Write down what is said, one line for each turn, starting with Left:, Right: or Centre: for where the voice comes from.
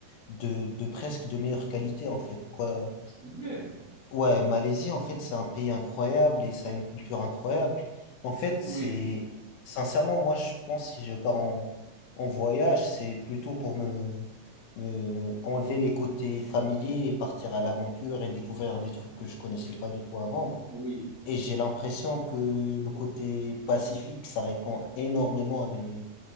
Left: de, de presque de meilleure qualité, en fait. quoi.
Right: c'est vrai.
Left: Ouais, Malaisie, en fait, c'est un pays incroyable et ça a une culture incroyable. En fait, c'est,
Right: Oui,
Left: sincèrement, moi, je pense, si je pars en, en voyage, c'est plutôt pour me, me enlever les côtés familiers et partir à l'aventure et découvrir des trucs que je connaissais pas du tout avant.
Right: oui.
Left: Et j'ai l'impression que le côté pacifique, ça répond énormément à mes,